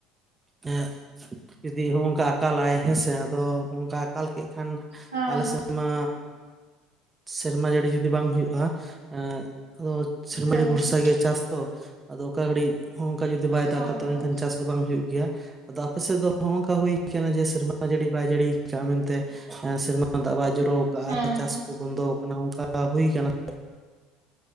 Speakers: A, on the right (about 25°); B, on the right (about 85°).
A: ᱮᱸᱜ ᱡᱩᱫᱤ ᱦᱚᱸᱜᱼᱚᱝᱠᱟ ᱟᱠᱟᱞᱟᱭ ᱦᱮᱸ ᱥᱮ, ᱟᱫᱚ ᱦᱚᱸᱜ-ᱚᱝᱠᱟ ᱟᱠᱟᱞ ᱠᱮᱫ ᱠᱷᱟᱱ
B: ᱦᱮᱸ
A: ᱟᱞᱮ
B: ᱦᱮᱸ
A: ᱥᱮᱫ ᱢᱟ ᱥᱮᱨᱢᱟ ᱡᱟᱹᱲᱤ ᱡᱩᱫᱤ ᱵᱟᱝ ᱦᱩᱭᱩᱜᱼᱟ, ᱮᱸ ᱟᱫᱚ ᱥᱮᱨᱢᱟ
B: ᱦᱮᱸ
A: ᱡᱟᱲᱤ ᱵᱷᱚᱨᱥᱟ
B: ᱦᱮᱸ
A: ᱜᱮ ᱪᱟᱥ ᱛᱚ, ᱟᱫᱚ ᱚᱠᱟ ᱜᱷᱟᱹᱲᱤᱡ ᱦᱚᱸᱜ-ᱚᱝᱠᱟ ᱡᱩᱫᱤ ᱵᱟᱭ ᱫᱟᱜᱟ
B: ᱦᱳᱭ
A: ᱛᱚ
B: ᱦᱳᱭ
A: ᱮᱱᱠᱷᱟᱱ ᱪᱟᱥ ᱫᱚ ᱵᱟᱝ ᱦᱩᱭᱩᱜ ᱜᱮᱭᱟ᱾ ᱟᱫᱚ ᱟᱯᱮ ᱥᱮᱫ ᱫᱚ ᱦᱚᱸᱜᱼᱚᱝᱠᱟ ᱦᱩᱭ ᱠᱟᱱᱟ ᱡᱮ ᱥᱮᱨᱢᱟ ᱡᱟᱹᱲᱤ ᱵᱟᱭ ᱡᱟᱹᱲᱤ ᱟᱠᱟᱜᱼᱟ ᱢᱮᱱᱛᱮ ᱮᱸ ᱥᱮᱨᱢᱟ ᱫᱟᱜ ᱵᱟᱭ ᱡᱚᱨᱚ ᱟᱠᱟᱜᱼᱟ
B: ᱦᱮᱸ
A: ᱪᱟᱥ
B: ᱦᱮᱸ
A: ᱠᱚ ᱵᱚᱱᱫᱚ ᱠᱟᱱᱟ ᱚᱱᱠᱟ ᱦᱩᱭ ᱠᱟᱱᱟ?